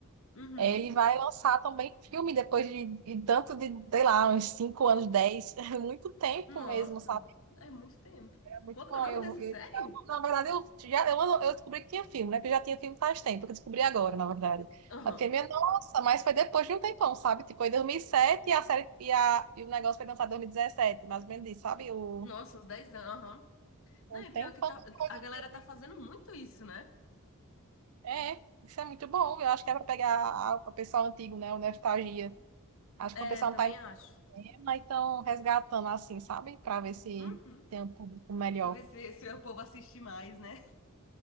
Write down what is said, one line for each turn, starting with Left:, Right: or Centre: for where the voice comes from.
Left: uhum.
Right: é, Ele vai lançar também filme depois de, de tanto de, sei lá, uns 5 anos, dez <laughs> muito tempo
Left: Nossa,
Right: mesmo, sabe?
Left: é muito tempo.
Right: É Muito
Left: Qual
Right: bom.
Left: que é o nome
Right: Eu,
Left: dessa
Right: eu
Left: série?
Right: tinha- na verdade, eu, já, eu, eu descobri que tinha filme, né? Porque já tinha filme faz tempo, que eu descobri agora, na verdade.
Left: Aham.
Right: Eu filme é, nossa, mas foi depois de um tempão, sabe? Tipo, foi em dois mil e, sete e, a série, e, a, e o negócio foi lançado em 2017, mais ou menos isso, sabe? O,
Left: Nossa, uns dez anos, aham.
Right: um
Left: Não, e
Right: tempão
Left: pior que tá,
Right: depois
Left: a
Right: do
Left: galera
Right: filme.
Left: tá fazendo muito isso, né?
Right: É, isso é muito bom. Eu acho que é para pegar a- o pessoal antigo, né? O nostalgia. Acho
Left: É,
Right: que o pessoal
Left: também
Right: não tá em
Left: acho.
Right: tema, então resgatando assim, sabe? para ver se
Left: Uhum.
Right: tem um público melhor.
Left: Pra ver se, se o povo assiste mais, né?